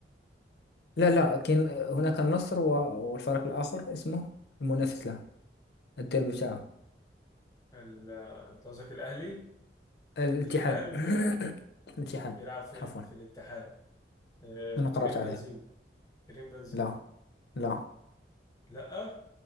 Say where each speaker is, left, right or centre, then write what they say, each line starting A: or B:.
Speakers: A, on the left; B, on the left.
A: لا لا كاين هناك النصر و- والفريق الآخر اسمه المنافس له الديربي بتاعه
B: ال- آه، انت قصدك الاهلي
A: الاتحاد
B: الهلال
A: <coughs> الاتحاد
B: بيلعب في
A: عفوا
B: في الاتحاد آه،
A: أنا
B: كريم
A: قربت عليه
B: بنزيما كريم بنزيما
A: لا لا
B: لا